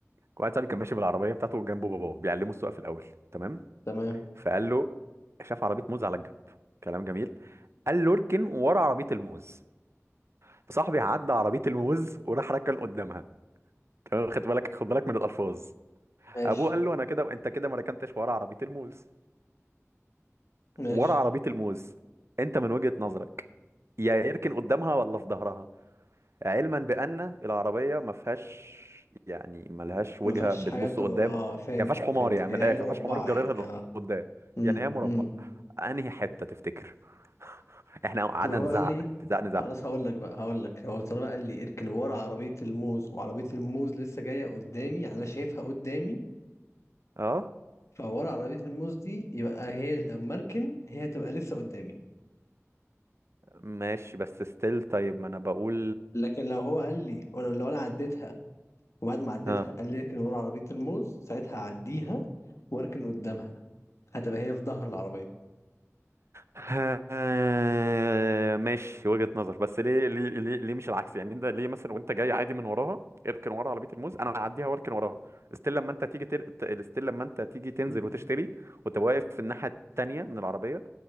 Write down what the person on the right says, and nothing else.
واحد صاحبي كان ماشي بالعربيه بتاعته وجنبه باباه بيعلمه السواقه في الاول تمام
فقال له شاف عربيه موز على الجنب كلام جميل قال له اركن ورا عربيه الموز فصاحبي عدى عربيه الموز وراح ركن قدامها تمام خد بالك خد بالك من الالفاظ
ابوه قال له انا كده انت كده ما ركنتش ورا عربيه الموز
ورا عربيه الموز انت من وجهه نظرك يا يركن قدامها ولا في ظهرها علما بان العربيه ما فيهاش يعني ما لهاش وجهه
بتبص
قدام
يعني
ما فيهاش حمار
يعني
من الاخر
ما فيهاش حمار بجررها
لقدام
يعني هي مربع
انهي حته تفتكر احنا قعدنا
نزعق
نزعق نزعق
اه
ماشي بس ستيل طيب ما انا بقول
اه
<laughs> آه، ماشي وجهة نظر بس ليه ليه ليه, ليه مش العكس يعني انت ليه مثلا وانت جاي عادي من وراها اركن ورا عربية الموز انا هعديها واركن وراها ستيل لما انت تيجي تر... ت- ستيل لما انت تيجي تنزل
وتشتري وتبقى واقف في الناحية التانية من العربية